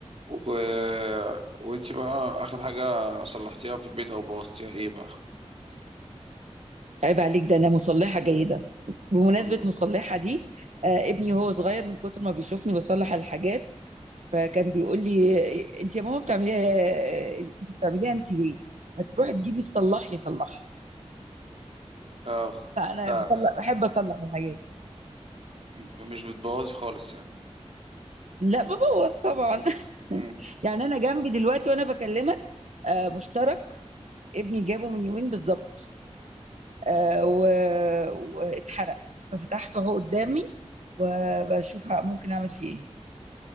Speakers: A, on the right; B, on the right.
A: و... وانت بقى اخر حاجة صلحتيها في البيت او بوظتيها ايه بقى
B: عيب عليك ده انا مصلحه جيده بمناسبه
A: أو-
B: مصلحه دي آه ابني وهو صغير من كتر ما بيشوفني بصلح الحاجات فكان بيقول لي انت يا ماما بتعمليها انت بتعمليها انت ليه ما تروحي تجيبي الصلاح يصلحها
A: اه
B: فانا
A: لا
B: بصلح بحب اصلح الحاجات
A: م- مش بتبوظي خالص يعني
B: لا ببوظ طبعا <laughs>
A: امم
B: يعني انا جنبي دلوقتي وانا بكلمك آه مشترك ابني جابه من يومين بالظبط آه و- واتحرق ففتحته اهو قدامي وبشوف ه- ممكن اعمل فيه ايه